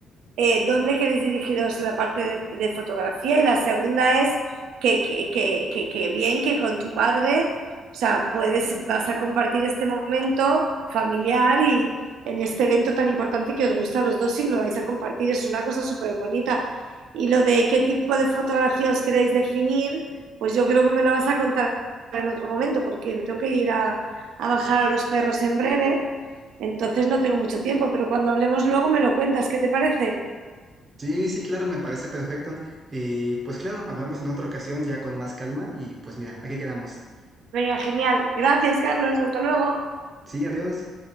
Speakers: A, on the right; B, on the right.
A: eh, dónde queréis dirigiros la parte de, de fotografía y la segunda es que, que, que- que- que bien que con tu padre, o sea, puedes, vas a compartir este momento familiar y en este evento tan importante que os gusta a los dos y lo vais a compartir, es una cosa súper bonita. Y lo de qué tipo de fotografía os queréis definir, pues yo creo que me lo vas a contar en otro momento porque me tengo que ir a, a bajar a los perros en breve, entonces no tengo mucho tiempo, pero cuando hablemos luego me lo cuentas, ¿qué te parece?
B: Sí, sí, claro, me parece perfecto. Y pues claro, hablamos en otra ocasión ya con más calma y pues mira, aquí quedamos.
A: Venga, genial. Gracias, Carlos. Hasta luego.
B: Sí, adiós.